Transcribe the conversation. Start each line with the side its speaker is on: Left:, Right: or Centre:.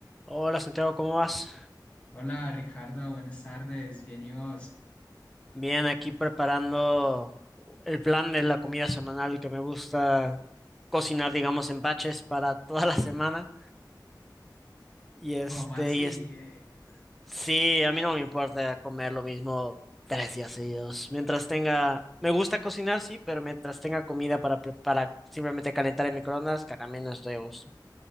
Centre: Hola Santiago, ¿cómo vas?
Left: Hola Ricardo, buenas tardes, bien y vos.
Centre: Bien, aquí preparando el plan de la comida semanal que me gusta cocinar, digamos, en batches para <laughs> toda la semana. Y este,
Left: ¿Cómo así?
Centre: y es,
Left: Eh,
Centre: sí, a mí no me importa comer lo mismo tres días seguidos. Mientras tenga, me gusta cocinar, sí, pero mientras tenga comida para, pre- para simplemente calentar en microondas, que también no estoy a gusto.